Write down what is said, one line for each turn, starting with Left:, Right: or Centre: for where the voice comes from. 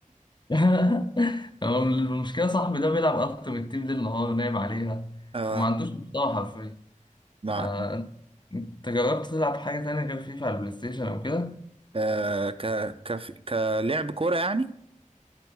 Left: <laughs> هو المشكله صاحبي ده بيلعب التيمت تيم ليل نهار نايم عليها
Right: آه
Left: فما عندوش محتوى حرفيا
Right: مع
Left: آه انت جربت تلعب حاجه تانية غير فيفا على البلاي ستيشن او كده
Right: آه ك ك كلعب كورة يعني